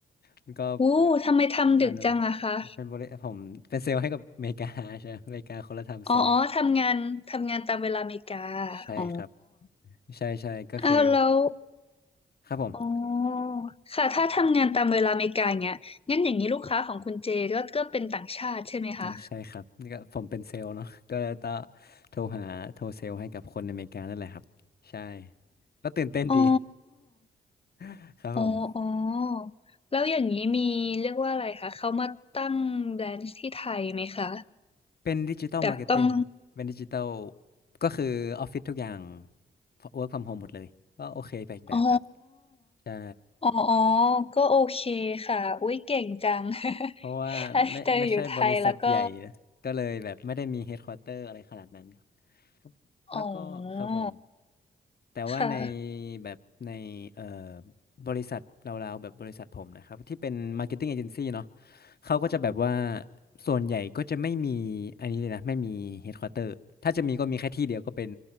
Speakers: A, on the left; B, on the left.
A: มันก็
B: อู้ทำไมทำดึกจังอะคะ
A: อารมณ์เป็นบริผมเป็นเซลล์ให้กับอเมริกาใช่ไหมอเมริกาคนละไทำโซน
B: อ๋ออ๋อทำงานทำงานตามเวลาอเมริกา
A: ใช่ครับ
B: อ๋อ
A: ใช่ใช่ก็คือ
B: อ้าวแล้ว
A: ครับผม
B: อ๋อค่ะถ้าทำงานตามเวลาอเมริกาอย่างเงี้ยงั้นอย่างนี้ลูกค้าของคุณเจก็ก็เป็นต่างชาติใช่ไหมคะ
A: เออใช่ครับนี่ก็ผมเป็นเซลล์เนาะก็ต้องโทรหาโทรเซลล์ให้กับคนในอเมริกานั่นแหละครับใช่ก็ตื่นเต้นดี
B: อ๋อ
A: <laughs> ครับผม
B: อ๋ออ๋อแล้วอย่างนี้มีเรียกว่าอะไรคะ เขามาตั้งแบรนช์ที่ไทยไหมคะ
A: เป็นดิจิตอลมาร์เก็ตติ้งครับเป็นดิจิตอล
B: แบบต้อง
A: ก็คือออฟฟิศทุกอย่าง work from home หมดเลยก็โอเคไปอีกแบบครับ
B: อ๋อ
A: ใช่
B: อ๋ออ๋อก็โอเคค่ะอุ๊ยเก่งจัง <laughs>
A: เพราะว่าไม่ไม่ใช่บริษัทใหญ่นะก็เลยแบบไม่ได้มีเฮดควอเตอร์อะไรขนาดนั้นครับ
B: แต่อยู่ไทยแล้วก็อ๋อ
A: แล้วก็ครับผม แต่ว่าใน
B: ค่ะ
A: แบบในเอ่อบริษัทเราๆแบบบริษัทผมนะครับที่เป็น Marketing Agency เนาะเขาก็จะแบบว่าส่วนใหญ่ก็จะไม่มีอันนี้เลยนะไม่มี Headquarter ถ้าจะมีก็มีแค่ที่เดียวก็เป็น